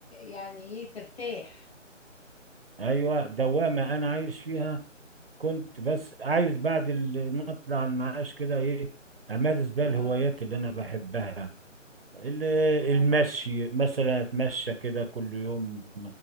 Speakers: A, on the left; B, on the right.
A: يعني ايه ترتاح
B: ايوه دوامه انا عايش فيها كنت بس عايز بعد ال- ما اطلع المعاش كده ايه امارس بقى الهوايات
A: اه
B: اللي انا بحبها ال-
A: اه
B: المشي مثلا اتمشى كده كل يوم